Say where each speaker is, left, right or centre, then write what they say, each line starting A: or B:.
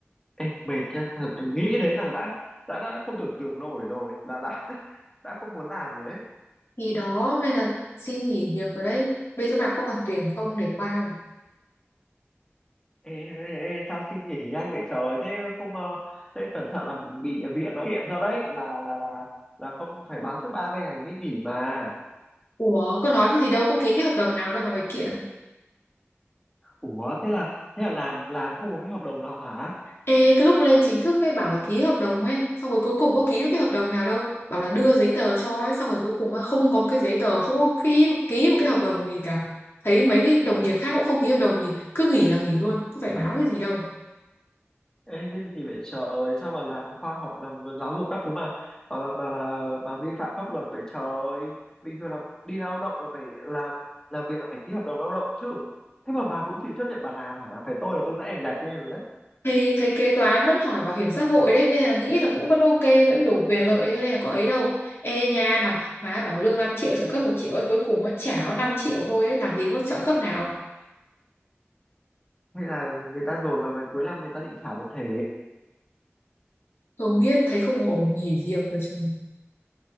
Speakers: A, on the left; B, on the left.
A: ê, mệt nhá thật nghĩ đến là đã đã đã không tưởng tượng nổi rồi là đã <laughs> đã không muốn làm rồi ấy
B: thì đó nên là xin nghỉ việc rồi đấy bên chỗ bà có còn tuyển không để qua này
A: ê, ê, ê, sao xin nghỉ nhanh vậy trời thế không ờ, thế cẩn thận là bị viện nó kiện cho đấy là là là là không phải báo trước ba mươi ngày mới nghỉ mà
B: ủa có nói cái gì đâu có ký cái hợp đồng nào đâu mà đòi kiện
A: ủa thế là thế là làm làm không có cái hợp đồng nào hả
B: Ê, cái lúc lên chính thức ấy bảo là ký hợp đồng ấy, xong rồi cuối cùng có ký cái hợp đồng nào đâu, bảo là đưa giấy tờ cho ấy, xong rồi cuối cùng á, không có một cái giấy tờ, không có ký, ký một cái hợp đồng gì cả. Thấy mấy cái đồng nghiệp khác cũng không ký hợp đồng gì, cứ nghỉ là nghỉ luôn, không phải báo cái gì đâu.
A: Ê, cái gì vậy trời sao mà làm khoa học làm giáo dục các thứ mà mà mà mà, mà, mà vi phạm pháp luật vậy trời bình thường là đi lao động là phải làm làm việc là phải ký hợp đồng lao động chứ thế mà bà cũng chịu chấp nhận bà làm hả phải tôi là tôi sẽ ảnh gạch lên rồi đấy
B: Thì thấy kế toán vẫn hỏi bảo hiểm xã hội đấy nên là nghĩ là cũng vẫn ok, vẫn đủ quyền lợi cho nên là có ấy đâu. Ê nha mà má bảo lương 5 triệu trợ cấp một triệu ấy, cuối cùng nó chả có 5 triệu thôi ấy, làm gì có trợ cấp nào.
A: hay là người ta dồn vào người cuối năm người ta định trả một thể
B: Không biết thấy không ổn nghỉ việc rồi trời.